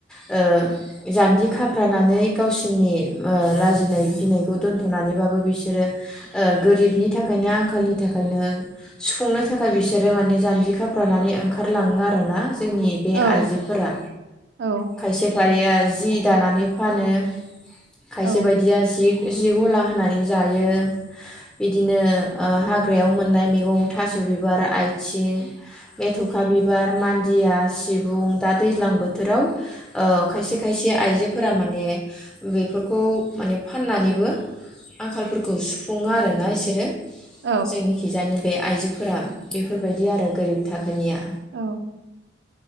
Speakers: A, in the centre; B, on the right.
A: ओ जान्जि खाफ्रानानै गावसोरनि ओ लाजिनाय गिनायखौ दोनथ'नानैबाबो बिसोरो गोरिबनि थाखायनो आंखालनि थाखायनो सुफुंनो थाखाय बिसोरो माने जान्जि जान्जि खाफ्राना ओंखारलाङो आरो ना जोंनि बे
B: औ
A: आइजोफोरा
B: औ
A: खायसे <unintelligible> या जि दानानै फानो खायसे
B: औ
A: बायदिया जिग जि गला होनानै जायो बिदिनो ओ हाग्रायाव मोननाय मेगं थास' बिबार आथिं मेथ'खा बिबार मान खुन्दिया सिबुं दा दैज्लां बोथोराव ओ खायसे खायसे आइजोफोरा माने बेफोरखौ माने फाननानैबो आंखालफोरखौ सुफुङो आरोना इसोरो।
B: औ
A: जोंनिखिजाय बे आइजोफोरा बेफोरबायदि आरो गोरिब थाखोनिया
B: औ